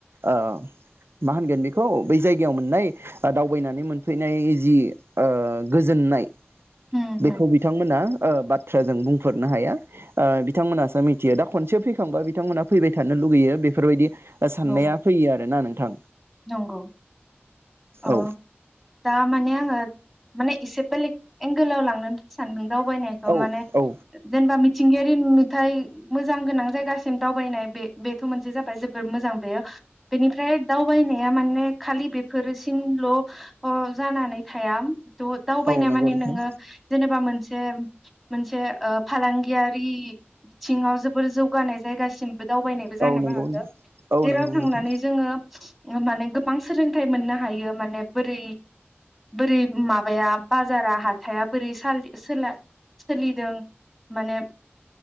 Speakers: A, on the right; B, in the centre.
A: ओ मा होनगोन बेखौ बै जायगायाव मोननाय दावबायनानै मोनफैनाय जि ओ गोजोननाय
B: होम
A: बेखौ
B: होम
A: बिथांमोना ओ बाद थ्राजों बुंफोरनो हाया ओ बिथांमोनासो मिथियो दा खनसे फैखांबा बिथांमोना फैबाय थानो लुगैयो बेफोरबायदि। साननाया
B: औ
A: फैयो आरोना नोंथां
B: नंगौ अ
A: औ
B: दा माने आङो माने एसे बेलेग एंगोलाव लांनो सानदों। दावबायनायखौ
A: औ
B: माने ओ
A: औ
B: जेनेबा मिथ सिंगियारि नुथाय मोजां गोनां जायगासिम दावबायनाय बे बेथ' मोनसे जाबाय जोबोर मोजां बेयो बेनिफ्राय दाव दावबानाया माने खालि बेफोरसिमल' अ जानानै थाया। द दावबायनाया
A: औ नंगौ
B: माने
A: नोंथां
B: नोङो जेनेबा मोनस सेम मोनसे ओ फालांगियारि बिथिङाव जोबोर जौगानाय जायगासिमबो दावबायनायबो जानोबो
A: औ नंगौ
B: हागो
A: औ
B: जेराव
A: नंगौ
B: थांनानै
A: नोंथां
B: जोङो ओ माने गोबां सोलोंथाइ मोननो हायो माने बोरै बोरै माबाया बाजारा हाथाया बोरै सालि सोला सोलिदों माने